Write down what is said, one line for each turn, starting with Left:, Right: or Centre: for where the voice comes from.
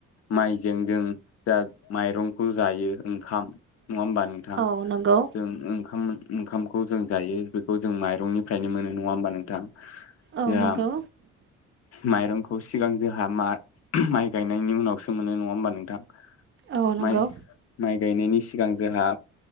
Left: माइजों जों जा माइरंखौ जायो ओंखाम नङा होमबा नोंथां
Right: औ नंगौ
Left: जों ओंखाम ओंखामखौ जों जायो बेखौ जों माइरंनिफ्रायनो मोनो नङा होमबा नोंथां
Right: औ
Left: आ
Right: नंगौ
Left: माइरं खौ सिगां जोंहा मा माइ गायनायनि उनावसो मोनो नङा होमबा नोंथां
Right: औ नंगौ
Left: माइ-माइ गायनायनि सिगां जोंहा